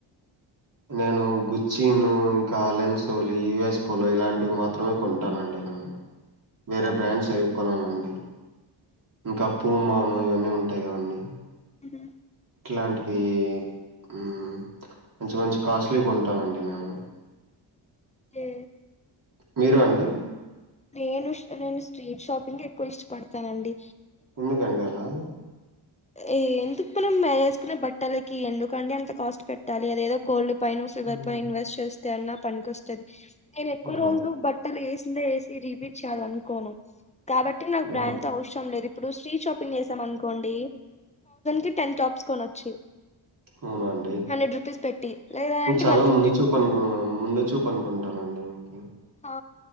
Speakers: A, on the right; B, on the left.
A: నేను గుచ్చిను అలెన్సోలు యుఎస్ ప్ లు ఇలాంటివి మాత్రమే కొంటానండి నేను వేరే
B: ఆ
A: బ్రాండ్స్ ఏవి కొననండి ఇంకా పూమాను ఇవన్నీ ఉంటాయి కదండి
B: ఉహూ
A: ఇట్లాంటివి హూ మంచి మంచి కాస్ట్లీవి కొంటానండి నేను
B: ఏ
A: మీరు అండి
B: నేను నేను స్ట్రీట్ షాపింగ్ ఎక్కువ ఇష్టపడతానండి
A: ఎందుకండి అలా
B: ఏ ఎందుకు మనం వేసుకునే బట్టలకి ఎందుకండి అంత కాస్ట్ పెట్టాలి అదేదో గోల్డ్ పైనో సిల్వర్
A: హ్మ్.
B: పై ఇన్వెస్ట్ చేస్ తేన్న పనికొస్తది నేనెక్కువరోజులు
A: ఓహో!
B: బట్ ఏసిందే ఏస్ రీపిట్ చేయాలనుకోను కాబట్టి నాకు బ్రాండ్
A: ఓహో!
B: తో అవసరం లేదు ఇప్పుడు స్ట్రీట్ షాప్ షాపింగ్ చేసాను అనుకోండి కి టెన్ టాప్స్ కొనొచ్చు
A: వునా అండి
B: హండ్రెడ్ రూపీస్ పెట్టి లేదంటే
A: చాలా
B: వన్ ఫిఫ్టీ
A: ముందు
B: టు
A: చూపు అనుకు ముందు చూపు అనుకుంటానండి మీకు
B: హా